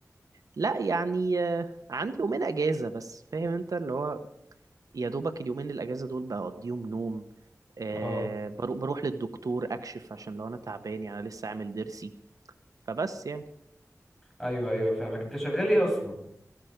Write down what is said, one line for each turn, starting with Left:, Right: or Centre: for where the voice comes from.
Right: لا يعني آه، عندي يومين اجازة بس فاهم انت اللي هو يا دوبك اليومين الاجازة دول بقضيهم نوم آه
Centre: اه
Right: برو- بروح للدكتور اكشف عشان لو انا تعبان يعني أنا لسه عامل ضرسي فبس يعني
Centre: ايوه ايوه فاهمك انت شغال ايه اصلا